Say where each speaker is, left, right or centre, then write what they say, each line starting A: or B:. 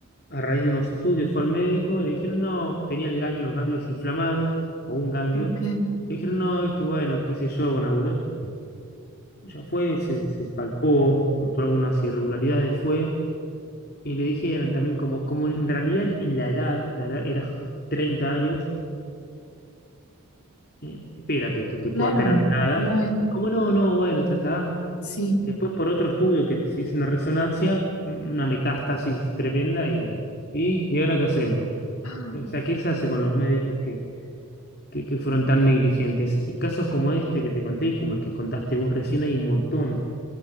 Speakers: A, on the left; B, on the left.
A: a raíz de unos estudios, fue al médico, le dijeron, no, tenía el gang- los ganglios inflamados o un ganglio.
B: ok,
A: Le dijeron, no, esto, bueno, qué sé yo, una boludez. Y Ya fue, se, se palpó, notó algunas irregularidades, fue, y le dijeron también como, como en realidad en la edad, la edad era 30 años, eh, espera que, que- que pueda
B: claro,
A: tener nada.
B: lo en,
A: Y como no, no, bueno, ya está.
B: sí.
A: Después por otro estudio que se hizo una resonancia, mm, una metástasis tremenda y, y, ¿y ahora qué hacemos?
B: Ah,
A: O sea, ¿qué se hace con los médicos que, que, que fueron tan negligentes? Y casos como este que te conté y como el que contaste vos recién hay un montón.